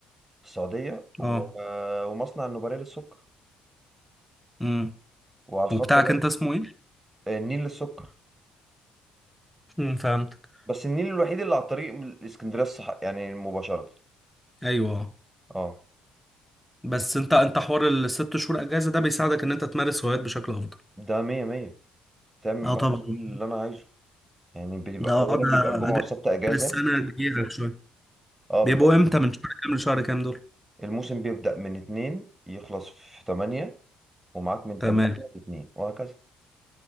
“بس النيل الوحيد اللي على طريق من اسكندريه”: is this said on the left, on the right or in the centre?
Right